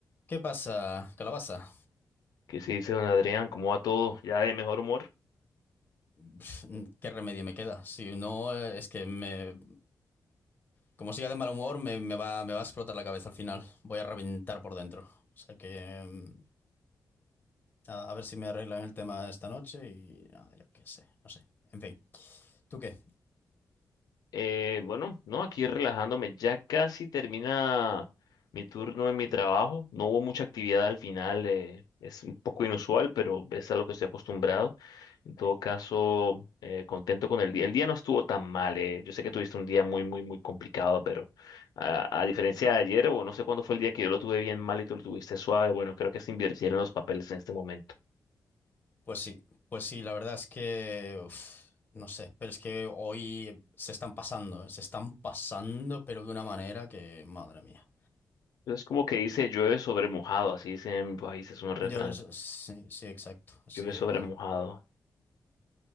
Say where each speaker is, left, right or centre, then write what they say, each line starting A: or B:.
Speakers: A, on the left (about 30°); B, on the left (about 75°).
A: ¿Qué pasa, calabaza?
B: ¿Qué se dice, don Adrián? ¿Cómo va todo? ¿Ya de mejor humor?
A: Pf, ¿Qué remedio me queda? Si no, eh, es que me, como siga de mal humor, me, me va, me va a explotar la cabeza al final. Voy a reventar por dentro. O sea que, mm, nada, a ver si me arreglan el tema esta noche y nada, yo qué sé, no sé. En fin, ¿tú qué?
B: Eh, bueno, no, aquí relajándome. Ya casi termina mi turno en mi trabajo. No hubo mucha actividad al final. eh, es un poco inusual, pero es a lo que estoy acostumbrado. En todo caso, eh, contento con el día. El día no estuvo tan mal. eh, Yo sé que tuviste un día muy, muy, muy complicado, pero a, a diferencia de ayer, o no sé cuándo fue el día que yo lo tuve bien mal y tú lo tuviste suave, bueno, creo que se invirtieron los papeles en este momento.
A: Pues sí, pues sí, la verdad es que, uf, no sé, pero es que hoy se están pasando, eh, se están pasando, pero de una manera que, madre mía.
B: Es como que dice llueve sobre mojado, así dice en mi país, es un refrán.
A: Yo a ver, sí, sí, exacto, sí,
B: Llueve
A: igual,
B: sobre mojado,